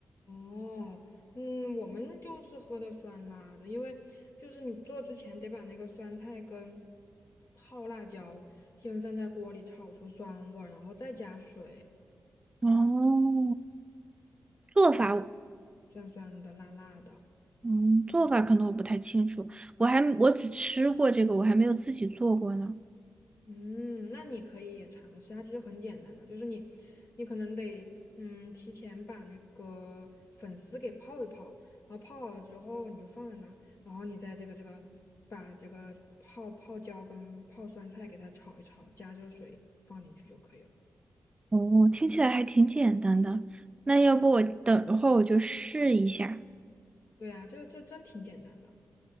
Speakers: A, on the left; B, on the right.
A: 哦，嗯，我们就是喝的酸辣的，因为就是你做之前得把那个酸菜跟泡辣椒先放在锅里炒出酸味儿，然后再加水，
B: 哦，做法我
A: 酸酸的、辣辣的。
B: 嗯，做法可能我不太清楚，我还我只吃过这个，我还没有自己做过呢。
A: 嗯，那你可以也尝试，它其实很简单的，就是你，你可能得，嗯，提前把那个粉丝给泡一泡，然后泡好了之后你就放在那儿，然后你再这个这个把这个泡泡椒跟泡酸菜给它炒一炒，加热水放进去就可以了。
B: 哦，听起来还挺简单的。那要不我等一会儿我就试一下。
A: 对呀，这这真挺简单的。